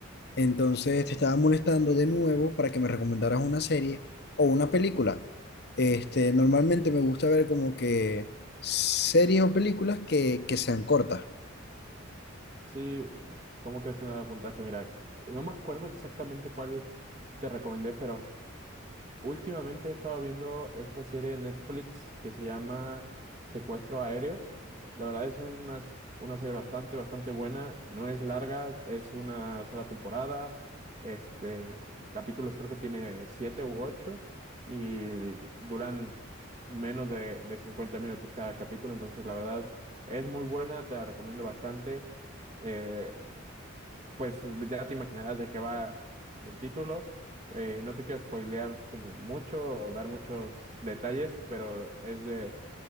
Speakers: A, on the left; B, on the right.
A: Entonces te estaba molestando de nuevo para que me recomendaras una serie o una película. Este, normalmente me gusta ver como que series o películas que, que sean cortas.
B: Sí, ¿cómo crees que no la apuntaste? Mira, no me acuerdo exactamente cuál te recomendé, pero Últimamente he estado viendo esta serie de Netflix que se llama Secuestro Aéreo. La verdad es una, una serie bastante, bastante buena. No es larga, es una sola temporada. Este, capítulos creo que tiene siete u ocho y duran menos de, de 50 minutos cada capítulo. Entonces, la verdad es muy buena, te la recomiendo bastante. Eh, pues ya te imaginarás de qué va el título. Eh, no te quiero spoilear como mucho o dar muchos detalles, pero es de